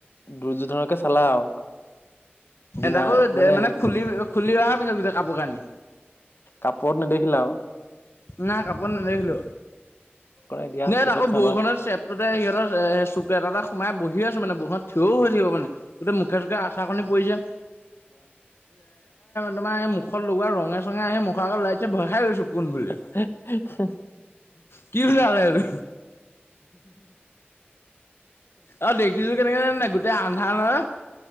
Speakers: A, on the left; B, on the left.
A: দুৰ্যোধনকে চালা আৰু। বিনা
B: তাকো মানে
A: সেই
B: খুলি খুলি অহাৰ পিছত গোটেই কাপোৰ কানি।
A: কাপোৰত নেদখিলা আও।
B: নাই কাপোৰ নেদেখিলো,
A: কৰাই দিয়া
B: এইয়াত
A: পিছত
B: আকৌ
A: চাবা
B: বৰষুণৰ চেপ তে সিহঁতৰ চুক এটা এটা সোমাই বহি আছোঁ মানে বৰষুণ থিয়ও হৈ থাকিব পোৱা নাই, গোটেই মুখে চুখে আচাৰ কণী পৰিছে। তোমাৰ এই মুখত লগোৱা ৰঙে চঙে আহি মুখৰ আগত ওলাইছে ভয় খাই গৈছো কোন বুলি।
A: <unintelligible>
B: কি ওলালে এইটো? অ', দেখিছো কেনেকে জানা নাই গোটেই আন্ধাৰ নহয়,